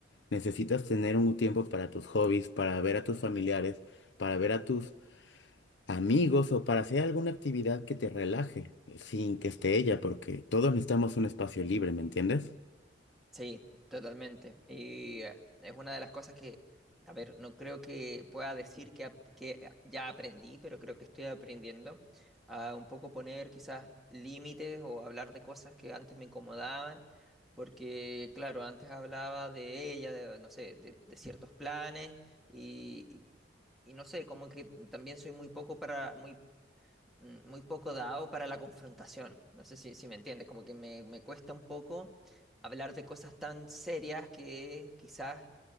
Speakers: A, on the left; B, in the centre.
A: Necesitas tener un tiempo para tus hobbies, para ver a tus familiares, para ver a tus amigos o para hacer alguna actividad que te relaje eh, sin que esté ella, porque todos necesitamos un espacio libre, ¿me entiendes?
B: Sí, totalmente. Y eh, es una de las cosas que, a ver, no creo que pueda decir que, ap- que ya aprendí, pero creo que estoy aprendiendo a un poco poner quizás límites o hablar de cosas que antes me incomodaban, porque claro, antes hablaba de ella, de, no sé, de, de ciertos planes y, y- y no sé, como que también soy muy poco para, muy mm, muy poco dado para la confrontación. No sé si, si me entiendes, como que me, me cuesta un poco hablar de cosas tan serias que quizás